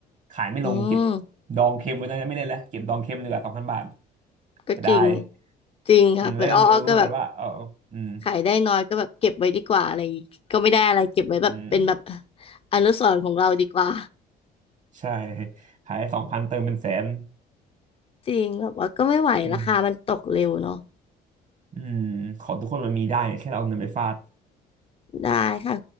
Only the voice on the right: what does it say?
ขายไม่ลงเก็บ
ดองเค็มไว้ตอนนั้นไม่เล่นแล้วเก็บดองเค็มดีกว่าสองพันบาท
เสียดาย
อืมแล้วก็มารู้เหมือนกันว่าเอออืม
อืม
ใช่ขายสองพันเติมเป็นแสน
อืมอืมของทุกคนมันมีได้ไงแค่เราเอาเงินไปฟาด